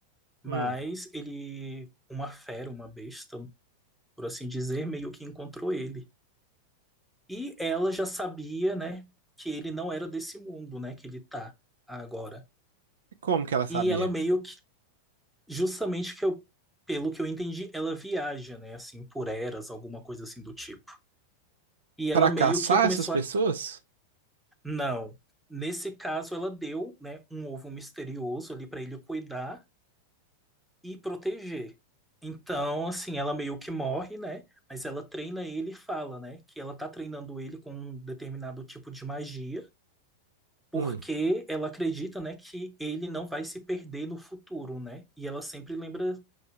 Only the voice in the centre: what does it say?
Mas
ele, uma fera, uma besta, por assim dizer, meio que encontrou ele. E ela já sabia, né, que ele não era desse mundo, né, que ele tá agora.
E ela meio justamente que eu, pelo que eu entendi, ela viaja, né, assim, por eras, alguma coisa assim do tipo. E ela
meio que começou
a. Não. Nesse caso, ela deu, né, um ovo misterioso ali para ele cuidar e proteger. Então, assim, ela meio que morre, né? Mas ela treina ele e fala, né, que ela tá treinando ele com um determinado tipo de magia, porque
ela acredita, né, que ele não vai se perder no futuro, né? E ela sempre lembra